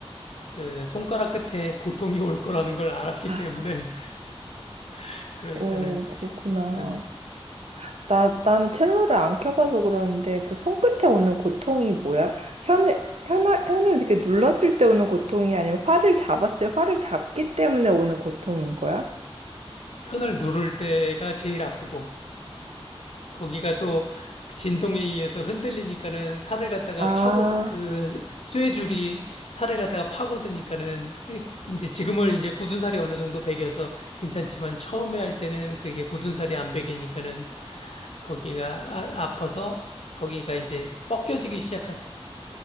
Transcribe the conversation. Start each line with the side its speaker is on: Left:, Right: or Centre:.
Left: 그 손가락 끝에 고통이 올 거라는 걸 알았기
Right: 아,
Left: 때문에 <laughs> 그러니까는
Right: 오, 그렇구나.
Left: 예.
Right: 나, 나는 첼로를 안 켜봐서 그러는데 그 손끝에 오는 고통이 뭐야? 혀를, 혀나, 혀를 이렇게 눌렀을 때 오는 고통이 아니면 활을 잡았을 때 활을 잡기 때문에 오는 고통인 거야?
Left: 현을 누를 때가 제일 아프고 거기가 또그 진동에 의해서 흔들리니까는 살을 갖다가
Right: 아,
Left: 파고 그 쇠줄이 살을 갖다가 파고드니까는 이제 지금은 이제 굳은 살이 어느 정도 배겨서 괜찮지만 처음에 할 때는 그게 굳은 살이 안 배기니까는 거기가 아, 아파서 거기가 이제 벗겨지기 시작하지.